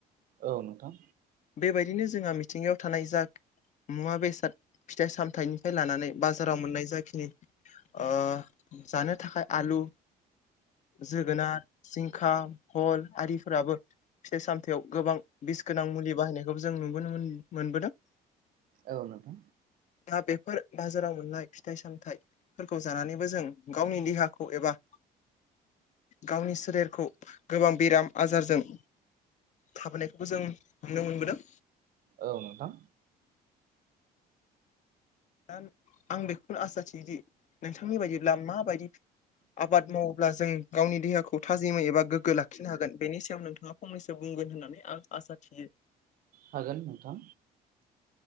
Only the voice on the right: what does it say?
औ नोंथां।
औ नोंगौ।
औ नोंथां।
हागोन नोंथां